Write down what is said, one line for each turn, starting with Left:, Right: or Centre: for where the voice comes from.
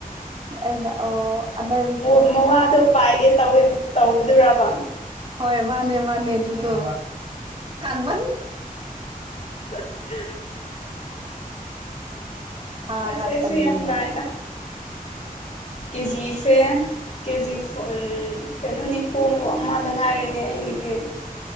Right: ꯑꯩꯅ ꯑꯣ ꯑꯗ
Left: ꯎꯝ ꯃꯋꯥꯗꯣ ꯄꯥꯏꯒꯦ ꯇꯧꯋꯦ ꯇꯧꯕꯗꯨꯔꯕ
Right: ꯍꯣꯏ ꯃꯥꯅꯦ ꯃꯥꯅꯦ ꯑꯗꯨꯗꯣ ꯀꯥꯡꯕ
Left: <unintelligible>
Right: ꯊꯥꯒꯠꯄꯅꯦ
Left: ꯑꯁꯁ ꯑꯃꯨ ꯀꯑ ꯊꯝ ꯀ ꯖꯤꯁꯦ ꯀꯦꯖꯤ ꯀꯩꯅꯣ ꯅꯤꯐꯨ ꯑꯃꯗ ꯉꯥꯏꯔꯅꯦ ꯑꯩꯒꯤꯗꯤ